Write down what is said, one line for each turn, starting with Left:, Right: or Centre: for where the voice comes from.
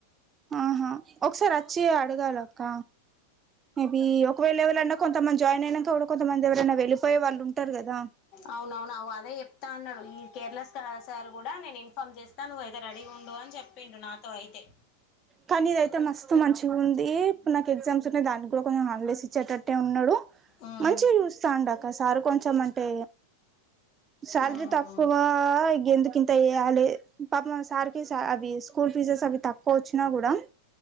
Right: ఆహా ఒకసారి వచ్చి అడగాలక్క మేబి అంటే కొంతమంది జాయిన్ అయినాక కూడా కొంతమంది ఎవరైనా వెళ్ళిపోయేవాళ్ళుంటారు కదా
Left: అవునవునువు అదే చెప్తా అన్నాడు ఈ కేర్లెస్ సార్ కూడా నేను ఇన్ఫామ్ చేస్తాను నువ్వయితే రెడీగా ఉండు అని చెప్ పిండు నాతో అయితే
Right: కానీ ఇదయితే మస్తు మంచిగుంది ఇప్పుడు నాకు ఎగ్జామ్స్ ఉన్నాయి దానికి కూడా కొంచెం హాలిడేస్ ఇచ్చేటట్టే ఉన్నడు
Left: ఉమ్
Right: మంచిగా చూస్తాండు అక్క సారు కొంచెం అంటే శాలరీ
Left: ఉమ్
Right: తక్కువ ఇగెందుకింత చెయ్యాలే పాపం ఆ సార్కి అవి స్కూల్ ఫీజాస్ అవి తక్కువ వచ్చినా కూడా